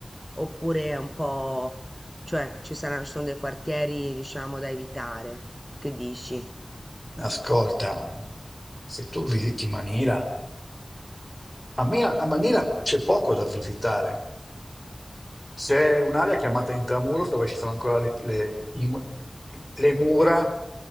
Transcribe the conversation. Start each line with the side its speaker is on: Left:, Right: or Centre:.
Centre: Oppure è un po'... cioè ci saranno, ci sono dei quartieri, diciamo, da evitare? Che dici?
Left: Ascolta, se tu visiti Manila, A, me- a Manila c'è poco da visitare. C'è un'area chiamata Intramuros dove ci sono ancora le, le- i mu- le mura,